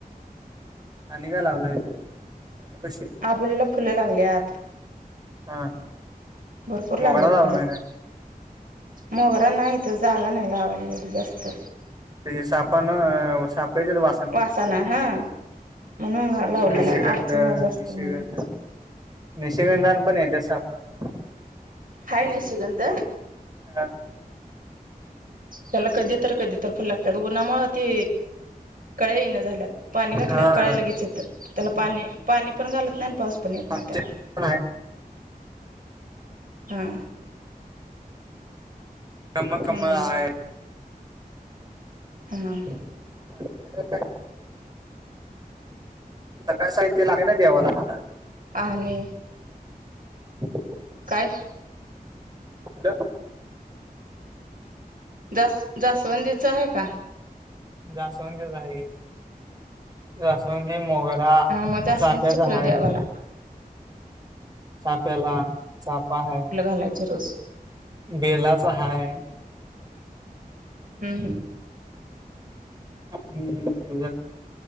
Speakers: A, on the right (about 25°); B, on the right (about 65°).
A: आणि का लावलाय कशी?
B: आबोलीला फुलं लागल्यात
A: हा
B: भरपूर
A: मोगरा
B: लागल्यात
A: लावला
B: फुलं
A: नाही काय
B: मोगरा नाही तर जागा नाही लावायली एवढी जास्त
A: ते सापान साप येत वा.
B: वासना हा म्हणून लाव
A: निशिगंध
B: अडचण जास्त
A: निशिगंध
B: म्हणय.
A: निशिगंधान पण आहे तसं आपण
B: हा नाही शिगंध
A: हा
B: त्याला कधी तर कधी तर फुल लागतात उन्हामुळ त कळे येन झाल्यात. पाणी घातल्यावर
A: हा
B: कळ्या लगेच येतात त्याला पाणी पाणी पण घालत नाही पाऊस पण येत नाही
A: पण
B: त्याला
A: आहे
B: हा
A: कम कमल
B: हा
A: हय.
B: हां.
A: अ ह काय? सकाळ साह्य लागते ना देवाला खला
B: आणि
A: ह
B: काय
A: कला
B: जास जास्वंदीचं आहे का
A: जाासवंतच आहे जाासवंंद मोगल तुला
B: हा मग जास्वंदीची
A: चाक्याचा
B: फुलं
A: हाय
B: देवाला
A: चाप्याला चापा है
B: घालायचो रोज
A: बेलाचा हाय
B: हम् हम्
A: हेय